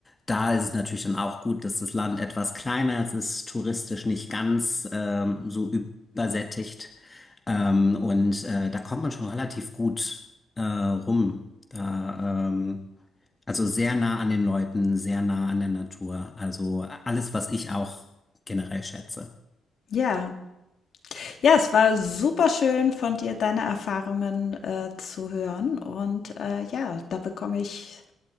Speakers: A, on the left (about 20°); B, on the left (about 60°).
A: Da ist es natürlich dann auch gut, dass das Land etwas kleiner ist, es ist touristisch nicht ganz ähm, so übersättigt. Ähm, und äh, da kommt man schon relativ gut äh, rum. Da, ähm, also sehr nah an den Leuten, sehr nah an der Natur. Also alles, was ich auch generell schätze.
B: Ja, ja, es war super schön von dir, deine Erfahrungen äh, zu hören. Und äh, ja, da bekomme ich